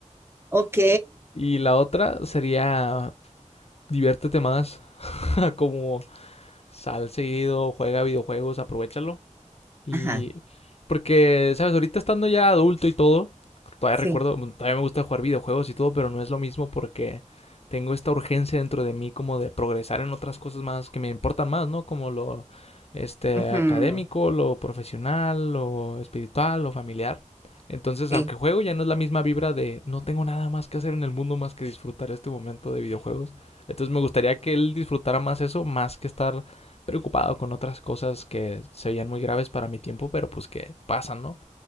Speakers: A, on the right; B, on the left.
A: Ok,
B: Y la otra sería diviértete más, <laughs> como sal seguido, juega videojuegos, aprovechalo. Y
A: ajá,
B: porque, ¿sabes? Ahorita estando ya adulto y todo, todavía
A: sí,
B: recuerdo, bueno, todavía me gusta jugar videojuegos y todo, pero no es lo mismo porque tengo esta urgencia dentro de mí como de progresar en otras cosas más que me importan más, ¿no? Como lo este
A: ujú,
B: académico, lo profesional, lo espiritual, lo familiar. Entonces,
A: sí,
B: aunque juego, ya no es la misma vibra de no tengo nada más que hacer en el mundo más que disfrutar este momento de videojuegos. Entonces, me gustaría que él disfrutara más eso, más que estar preocupado con otras cosas que se veían muy graves para mi tiempo, pero pues que pasan, ¿no?